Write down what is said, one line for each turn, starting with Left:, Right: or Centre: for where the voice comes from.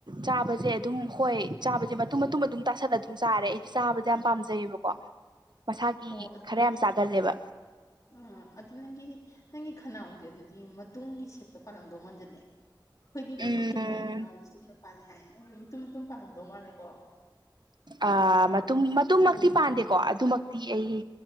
Right: ꯆꯥꯕꯖꯦ ꯑꯗꯨꯝ ꯍꯣꯏ ꯆꯥꯕꯖꯦ ꯃꯇꯨꯝ ꯃꯇꯨꯝ ꯑꯗꯨꯝ ꯇꯥꯁꯜꯂꯒ ꯑꯗꯨꯝ ꯆꯥꯔꯦ ꯑꯩꯗꯤ ꯆꯥꯕꯖꯦ ꯌꯥꯝ ꯄꯥꯝꯖꯩꯌꯦꯕꯀꯣ ꯃꯁꯥꯒꯤ
Left: ꯑꯣ
Right: ꯈꯔ ꯌꯥꯝ ꯆꯥꯒꯜꯂꯦꯕ
Left: ꯑꯥ ꯑꯗꯨ ꯅꯪꯒꯤ ꯅꯪꯒꯤ ꯈꯅꯥꯎꯖꯦ ꯑꯗꯨꯗꯤ ꯃꯇꯨꯡꯒꯤ ꯁꯦꯠꯇ ꯄꯥꯜꯂꯝꯗꯧ ꯃꯥꯟꯖꯜꯂꯛꯑꯦ ꯑꯩꯈꯣꯏꯗꯤ ꯃꯤꯒꯤ
Right: ꯎꯝ
Left: ꯆꯨꯝꯅ ꯈꯅꯥꯎꯖꯦ ꯆꯨꯝꯅ ꯄꯥꯜꯂꯦ ꯍꯥꯏ ꯅꯪꯗꯤ ꯃꯇꯨꯝ ꯃꯇꯨꯝ ꯄꯥꯜꯂꯝꯗꯧ ꯃꯥꯜꯂꯦꯀꯣ
Right: ꯑꯥ ꯃꯇꯨꯡ ꯃꯇꯃꯛꯇꯤ ꯄꯥꯟꯗꯦꯀꯣ ꯑꯗꯨꯃꯛ ꯇꯤ ꯑꯩ